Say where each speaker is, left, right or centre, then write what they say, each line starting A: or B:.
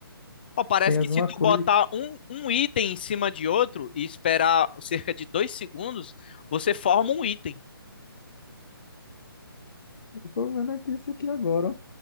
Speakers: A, on the left; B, on the left.
A: Ó, parece
B: Tem alguma
A: que se tu
B: coisa
A: botar
B: que
A: um, um item em cima de outro e esperar cerca de dois segundos, você forma um item.
B: eu tô vendo aqui, isso aqui agora, ó.